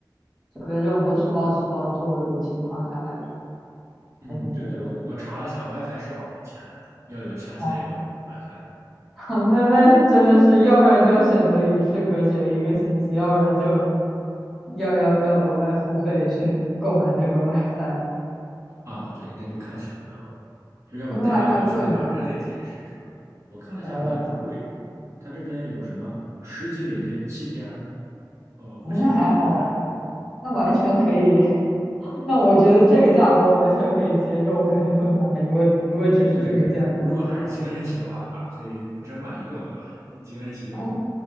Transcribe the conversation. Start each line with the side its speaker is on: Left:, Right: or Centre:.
Centre: 特别这种都是包吃包住的情况下来说，
Right: 嗯，
Centre: 还挺便宜的。
Right: 对对，我我查了一下，WiFi 是要给钱的，要有钱才有
Centre: 哦，
Right: WiFi
Centre: <laughs> 那那真的是，要不然就要选择与世隔绝一个星期，要不然就要要要额外付费去购买那个 WiFi。
Right: 啊。对，那就看选择咯，就要不带两本书，
Centre: 它那 WiFi 贵吗？
Right: 对吧？《人类简史》什么的，我看了一下，
Centre: 哦，
Right: 好像不贵。它这边有什么十几美金七天，呃，无限制的
Centre: 哎，那还好哎，
Right: WiFi，
Centre: 那完全可以。<laughs> 那我觉得这个价格我完全可以接受，我肯定会买。如果如果只是这个价格的话，
Right: 对对对，如果还是几个人一起的话，对吧？可以只能买一个嘛，对吧？你几个人一起用，
Centre: 哎，